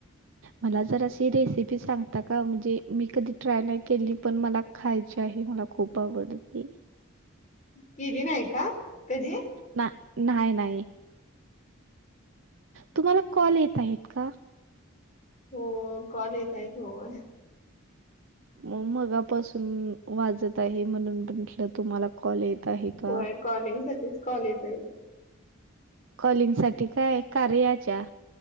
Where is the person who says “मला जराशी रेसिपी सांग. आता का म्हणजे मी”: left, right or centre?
Right